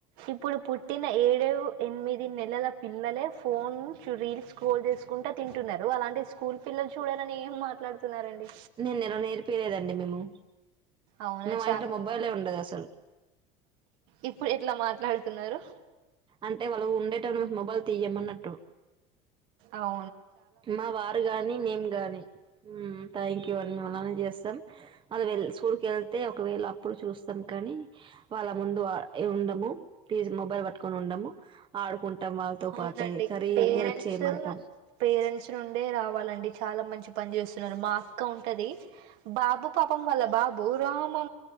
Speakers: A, on the right (about 75°); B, on the right (about 30°).
A: ఇప్పుడు పుట్టిన ఏడు ఎనిమిది నెలల పిల్లలే ఫోన్ నుంచి రీల్స్ స్ల్ తీసుకుంటా తింటున్నారు అలాంటి స్కూల్ పిల్లలు చూడాలని ఏం మాట్లాడుతున్నారండి
B: నేనుల నేర్పయలేదండి మేము
A: అవునా
B: మేము మా
A: చాలా
B: ఇంట్లో మొబైలే ఉండదు అసలు
A: ఇప్పుడు ఎట్లా మాట్లాడుతున్నారు
B: అంటే వాళ్ళు ఉండేట మొబైల్ తీయమ అన్నట్టు
A: అవు
B: మా వారు గాని మేము గాని థ్యాంక్ యూ అ మే అలానే చేస్తాం అ స్కూల్కి వెళ్తే ఒకవేళ అప్పుడు చూస్తాం కానీ వాళ్ళ ముందు ఉండము తీజ్ మొబైల్ పట్టుకొని ఉండము ఆడుకుంటాం వాళ్ళతో
A: అవునండి
B: పాటే కరీ
A: ఇది పేరెంట్స్
B: హెల్ప్ చేయమంటాం
A: పేరెంట్స్ నుండే రావాలండి చాలా మంచి పని చేస్తుంది మాక్క ఉంటది బాబు పాపం వల్ల బాబు రామ్